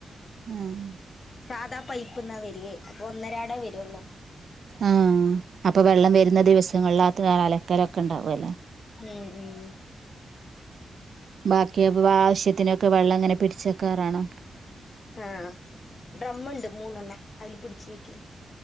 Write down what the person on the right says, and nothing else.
ഉം
ആഹ അപ്പൊ വെള്ളം വരുന്ന ദിവസങ്ങളിലാത്ത കാലക്കാരൊക്കെ ഉണ്ടാവും അല്ലേ?
ബാക്കി അപ്പൊ ആവശ്യത്തിനൊക്കെ വെള്ളം അങ്ങനെ പിടിച്ചക്കാറാണോ?